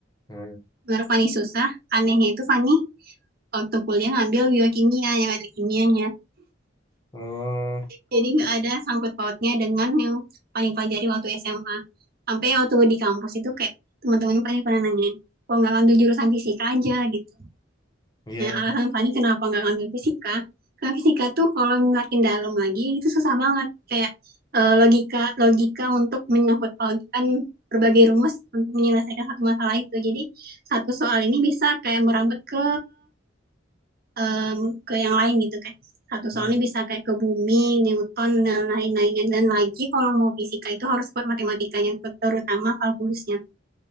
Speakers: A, on the left; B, on the right.
A: eh,
B: menurut Fani susah, anehnya itu Fani waktu kuliah ngambil biokimia yang ada kimianya
A: eh,
B: Jadi nggak ada sangkut pautnya dengan yang paling pelajari waktu SMA. Sampai waktu di kampus itu kayak teman-teman Fani pernah nanyain, kok nggak ngambil jurusan fisika aja gitu.
A: ya
B: Nah alasan Fani kenapa nggak ngambil fisika, karena fisika tuh kalau makin dalam lagi itu susah banget. Kayak eh, logika logika untuk menyangkut pautkan berbagai rumus untuk menyelesaikan satu masalah itu. Jadi satu soal ini bisa kayak merambut ke em, ke yang lain gitu kayak satu
A: hmm,
B: soalnya bisa kayak ke bumi, Newton dan lain-lainnya dan lagi kalau mau fisika itu harus kuat matematikanya terutama kalkulusnya